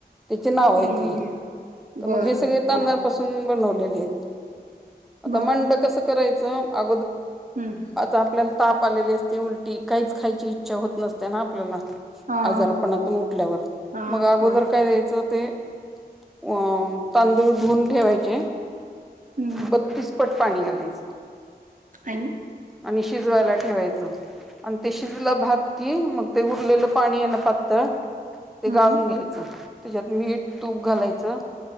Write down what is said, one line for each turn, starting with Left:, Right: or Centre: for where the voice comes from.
Centre: त्याचे नाव
Right: हम्म
Centre: आहे ते
Right: हम्म
Centre: तर
Right: बर
Centre: मग हे सगळे
Right: बर बोल
Centre: तनापासून मी बनवलेला आ
Right: बर
Centre: मं कस कराय अ
Right: हम्म
Centre: आता आपल्याला ताप आलेले असते उलटी काहीच खायची इच्छा होत नसते ना आपल्याला
Right: हा
Centre: आजारपणातून
Right: हा
Centre: उठल्यावर
Right: हा
Centre: मग अगोदर
Right: होय
Centre: काय द्यायचं ते अ तांदूळ धुून ठेवायचे
Right: हम्म
Centre: बतीस पट पाणी घालायचं
Right: आणि
Centre: आणि शिजवायला ठेवायचं आणि ते शिजलं भात की मग ते उरलेलं पाणी आहे ना पातळ ते
Right: हम्म
Centre: गाळून घ्यायचं त्याच्यात मीठ तूप घालायचं